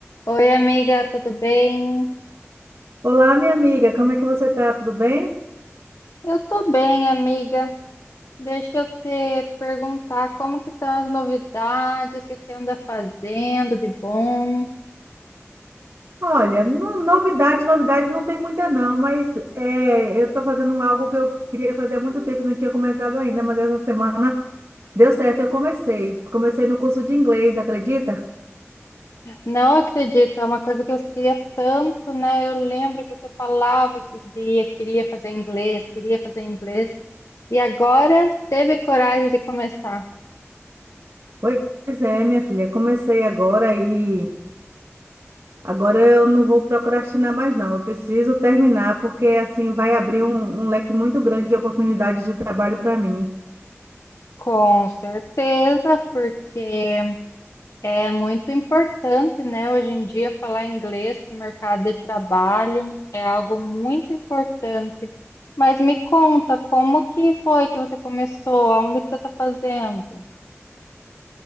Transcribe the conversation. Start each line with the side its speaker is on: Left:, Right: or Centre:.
Left: Oi, amiga, tudo bem?
Right: Olá, minha amiga, como é que você tá? Tudo bem?
Left: Eu tô bem, amiga. Deixa eu te perguntar como que estão as novidades, o que que anda fazendo de bom?
Right: Olha, no- novidade, novidade não tem muita não, mas é, eu estou fazendo algo que eu queria fazer há muito tempo, e não tinha começado ainda, mas essa semana deu certo, eu comecei. Comecei no curso de inglês, acredita?
Left: Não acredito, é uma coisa que eu queria tanto, né? Eu lembro que você falava que queria, queria fazer inglês, queria fazer inglês, e agora teve coragem de começar.
Right: Pois é, minha filha, comecei agora e agora eu não vou procrastinar mais não, eu preciso terminar, porque assim vai abrir um, um leque muito grande de oportunidades de trabalho para mim.
Left: Com certeza, porque É muito importante, né, hoje em dia, falar inglês para o mercado de trabalho é algo muito importante. Mas me conta, como que foi que você começou? Aonde que você está fazendo?